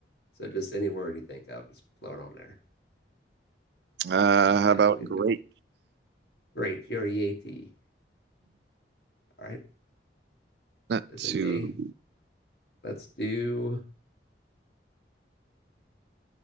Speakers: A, on the left; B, on the right.
A: So just any word you think of, just throw it on there.
B: Uh,
A: See how
B: how
A: fast
B: about
A: we can
B: great?
A: do it. Great, G R E A T. All right,
B: Not
A: there's
B: too.
A: an A. Let's do